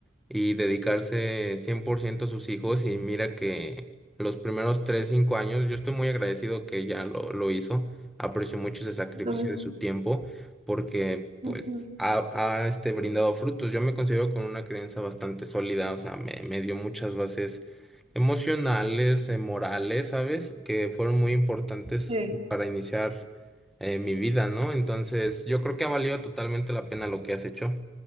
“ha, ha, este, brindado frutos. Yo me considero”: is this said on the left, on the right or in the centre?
Centre